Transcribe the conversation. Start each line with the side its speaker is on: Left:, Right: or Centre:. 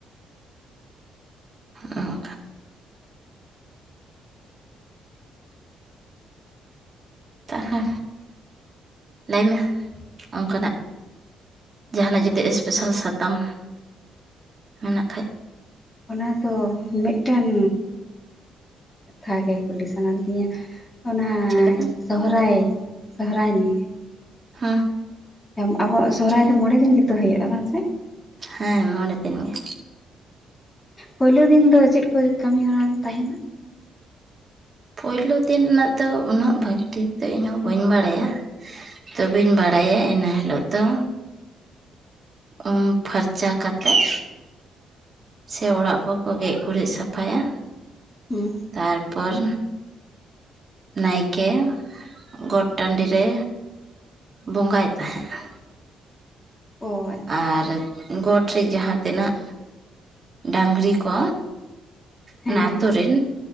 Right: ᱚ
Left: <inaudible>
Right: ᱛᱟᱦᱟ ᱞᱟᱹᱭ ᱢᱮ ᱚᱱᱠᱟᱱᱟᱜ᱾ ᱡᱟᱦᱟ ᱱᱟᱜ ᱡᱩᱫᱤ ᱮᱥᱯᱮᱥᱟᱞ ᱥᱟᱛᱟᱢ ᱢᱮᱱᱟᱜ ᱠᱷᱟᱡ᱾
Left: ᱚᱱᱟ ᱫᱚ ᱢᱤᱫᱴᱮᱱ ᱠᱟᱛᱷᱟ ᱜᱮ ᱠᱩᱞᱤ ᱥᱟᱱᱟ ᱞᱤᱫᱤᱧᱟ᱾᱾ ᱚᱱᱟ
Right: ᱪᱮᱫ ᱠᱟᱛᱮ
Left: ᱥᱚᱦᱚᱨᱟᱭ, ᱥᱚᱦᱚᱨᱟᱭ ᱱᱤᱭᱮ᱾
Right: <inaudible>
Left: ᱦᱮᱸ ᱟᱵᱚᱣᱟᱜ ᱥᱚᱦᱚᱨᱟᱭ
Right: ᱪᱤᱠᱟᱹᱱ
Left: ᱫᱚ ᱢᱚᱬᱮᱸ ᱫᱤᱱ ᱜᱮ ᱛᱚ ᱦᱳᱭᱳᱜᱼᱟ ᱵᱟᱝ ᱥᱮ?
Right: ᱦᱮᱸ ᱢᱚᱬᱮᱸ ᱫᱤᱱ ᱜᱮ᱾
Left: ᱯᱳᱭᱞᱳ ᱫᱤᱱ ᱫᱚ ᱪᱮᱫ ᱠᱚ ᱠᱟᱹᱢᱤ ᱦᱚᱨᱟ ᱛᱟᱦᱮᱸᱱᱟ?
Right: ᱯᱳᱭᱞᱳ ᱫᱤᱱ ᱨᱮᱱᱟᱜ ᱫᱚ ᱩᱱᱟᱹᱜ ᱵᱷᱟᱜᱮ ᱴᱷᱤᱠ ᱫᱚ ᱤᱧ ᱦᱚᱸ ᱵᱟᱹᱧ ᱵᱟᱲᱟᱭᱟ᱾ ᱛᱚ ᱵᱮᱧ ᱵᱟᱲᱟᱭᱟ ᱤᱱᱟᱹ ᱦᱤᱞᱳᱜ ᱫᱚ ᱩᱢ ᱯᱷᱟᱨᱪᱟ ᱠᱟᱛᱮᱜ᱾ ᱥᱮ ᱚᱲᱟᱜ ᱠᱚᱠᱚ ᱜᱮᱡᱽ ᱜᱩᱨᱤᱡᱽ ᱥᱟᱯᱷᱟᱭᱟ
Left: ᱦᱮᱸ
Right: ᱛᱟᱨᱯᱚᱨ ᱱᱟᱭᱠᱮ ᱜᱚᱴ ᱴᱟᱸᱰᱤ ᱨᱮ ᱵᱚᱸᱜᱟᱭ ᱛᱟᱦᱮᱜ-ᱟ᱾
Left: ᱚ ᱟᱪᱪᱷᱟ
Right: ᱟᱨ ᱜᱚᱴ ᱨᱮ ᱡᱟᱦᱟ ᱛᱤᱱᱟᱹᱜ ᱰᱟᱝᱨᱤ ᱠᱚ
Left: ᱦᱮᱸ
Right: ᱚᱱᱟ ᱟᱛᱳ
Left: ᱦᱮᱸ
Right: ᱨᱮᱱ